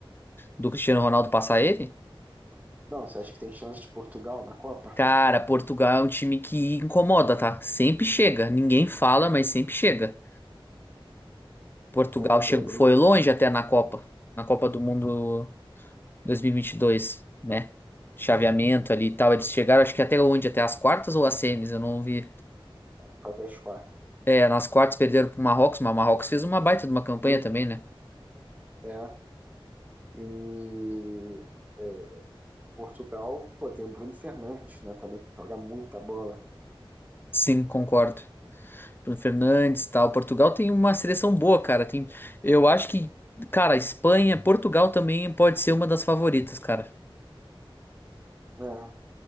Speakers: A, on the left (about 25°); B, on the right (about 15°).
A: do Cristiano Ronaldo passar ele.
B: Não, você acha que tem chance de Portugal na Copa?
A: Cara, Portugal é um time que incomoda, tá? Sempre chega. Ninguém fala, mas sempre chega. Portugal
B: É, tem
A: chegou,
B: o Bruno
A: foi longe
B: Fernandes
A: até na Copa. Na Copa do Mundo dois mil e e vinte e dois né? Chaveamento ali e tal. Eles chegaram, acho que até onde? Até as quartas ou as semis? Eu não vi.
B: que foi até as quartas.
A: É, nas quartas perderam pro Marrocos, mas o Marrocos fez uma baita de uma campanha
B: E,
A: também, né?
B: é, e é, Portugal, pô, tem o Bruno Fernandes, né, também, que joga muita bola.
A: Sim, concordo. Bruno Fernandes, e tal. Portugal tem uma seleção boa, cara. Tem, eu acho que, cara, Espanha, Portugal também pode ser uma das favoritas, cara.
B: né?